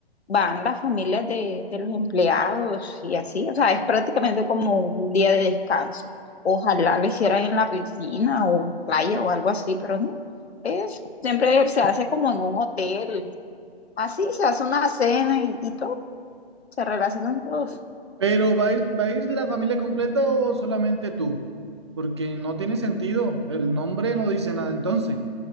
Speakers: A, on the left; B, on the right.
A: van las familias de, de los empleados y así, o sea, es prácticamente como un día de descanso. Ojalá lo hicieran en la piscina o en playa o algo así, pero no, es, siempre se hace como en un hotel, así se hace una cena y, y todo. se relacionan todos.
B: Pero ¿va a ir, va a ir la familia completa o solamente tú? Porque no tiene sentido. El nombre no dice nada entonces.